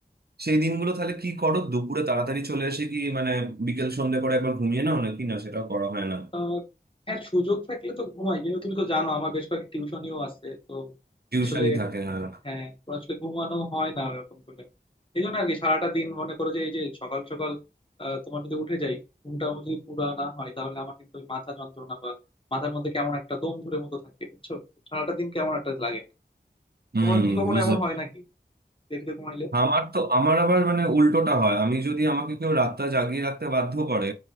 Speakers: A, on the right; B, on the left.
A: সেই দিনগুলো তাহলে কি করো দুপুরে তাড়াতাড়ি চলে এসে কি মানে বিকেল সন্ধ্যে করে একবার ঘুমিয়ে নাও নাকি না সেটাও করা হয় না
B: আহ, হ্যাঁ সুযোগ থাকলে তো ঘুমাই কিন্তু তুমি তো জানো আমার বেশ কয়েকটা টিউশনিও আছে তো
A: টিউশনই
B: আসলে
A: থাকে হ্যাঁ
B: হ্যাঁ তো আসলে ঘুমানো হয় না ওরকম করে এই জন্য আর কি সারাটা দিন মনে করো যে এই যে সকাল সকাল আহ, তোমার যদি উঠে যাই ঘুমটা যদি পুরা না হয় তাহলে আমার কিন্তু ওই মাথা যন্ত্রণা বা মাথার মধ্যে কেমন একটা দম ধরে মতো থাকে বুঝছো সারাটা দিন কেমন একটা লাগে
A: হুম
B: তোমার কি কখনো
A: বুঝলাম
B: এমন হয় নাকি দেরিতে ঘুমাইলে
A: আমার তো আমার আবার মানে উল্টোটা হয় আমি যদি আমাকে কেউ রাতটা জাগিয়ে রাখতে বাধ্য করে